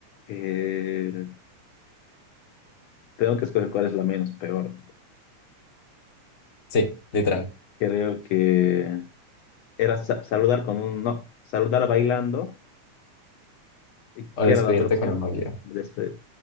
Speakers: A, on the left (about 85°); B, on the left (about 45°).
A: Eh, tengo que escoger cuál es la menos peor.
B: Sí, literal.
A: Creo que era sa- saludar con un no, saludar bailando, y que
B: O despedirte
A: era la otra opción.
B: con un maullido.
A: Despe-